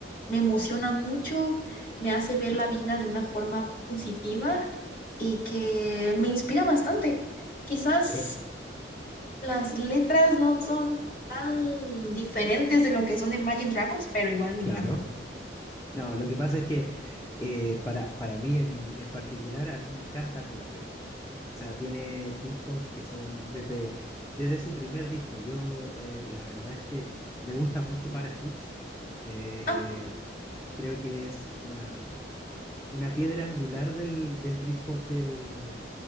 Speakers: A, on the left; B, on the left.
A: me emociona mucho, me hace ver la vida de una forma positiva y que me inspira bastante. Quizás
B: Eh,
A: las letras no son tan diferentes de lo que son de Imagine Dragons, pero igual me
B: claro.
A: encanta.
B: No, lo que pasa es que eh, para, para mí en, en particular, a mí me encanta Coldplay. O sea, tiene discos que son desde, desde su primer disco. Yo, eh, la verdad es que me gusta mucho Parachutes. Eh,
A: Ah,
B: creo que es una, una piedra angular del, del Britpop del,